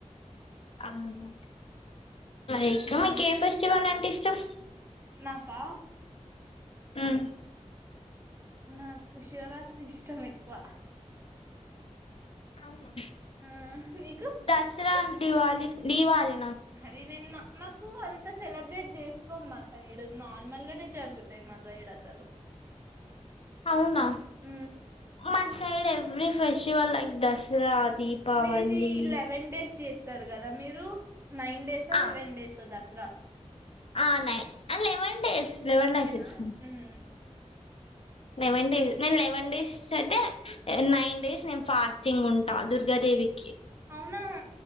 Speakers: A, on the left (about 55°); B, on the right (about 20°).
A: అవును, ఇంకా
B: హ్మ్.
A: మీకు ఏ ఫెస్టివల్ అంటే ఇష్టం?
B: నాకా?
A: మ్!
B: నాకు శివరాత్రి ఇష్టం ఎక్కువ.
A: అవును
B: ఆ! నీకు?
A: దసరా, దివాళి దీవాలి.
B: అవి మేము మాకు అంత సెలబ్రేట్ చేసుకోం మా సైడ్ నార్మల్ గానే. జరుగుతాయి మా సైడ్ అసలు
A: అవునా,
B: హ్మ్.
A: మా side every festival like Dasara దీపావళి
B: మీది లెవెన్ డేస్ చేస్ స్తారు కదా, మీరు నైన్ డేస్
A: ఆ
B: లెవెన్ డేసో దసరా
A: ఆ లెవెన్ డేస్ లెవెన్
B: లెవెనా
A: డేస్ చేస్తాం.
B: మ్మ్
A: లెవెన్ డేస్. నేను లెవెన్ డేస్ అయితే నైన్ డేస్ నేను ఫాస్ట్ టింగ్ ఉంటా దుర్గాదేవికి.
B: అవునా?